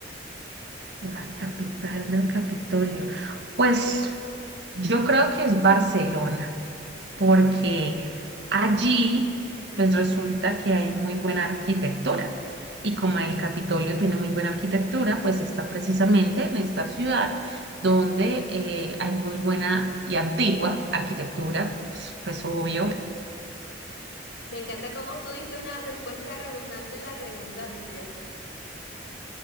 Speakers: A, on the right; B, on the left.
A: La capital del Capitolio. Pues
B: Sí.
A: yo creo que es Barcelona,
B: Ok.
A: porque allí
B: Ujú.
A: pues resulta que hay muy buena arquitectura. Y como el Capitolio tiene muy buena arquitectura, pues está precisamente en esta ciudad donde eh, hay muy buena y antigua arquitectura, pues, pues obvio.
B: Me encanta cómo tú diste una respuesta redundante en la redundancia.